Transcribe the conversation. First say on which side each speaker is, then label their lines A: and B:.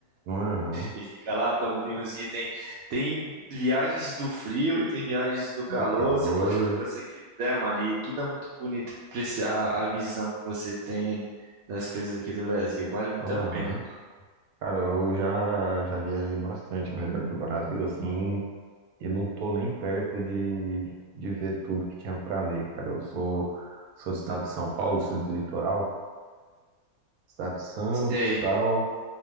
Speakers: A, on the right (about 80°); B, on the right (about 65°).
A: aham,
B: E fica lá, toma um vinhozinho. Tem, tem viagens do frio e tem viagens do calor.
A: do calor,
B: Você pode fazer o que você quiser, mano. E tudo é muito bonito. Apreciar a visão que você tem das coisas aqui do Brasil. Vale muito
A: aham.
B: a pena.
A: Cara, eu já já viajei bastante ao redor do Brasil, assim. E não tô nem perto de, de ver tudo que tinha pra ver, cara. Eu sou, sou do estado de São Paulo, sou do litoral, cidade de Santos,
B: Sei.
A: tal.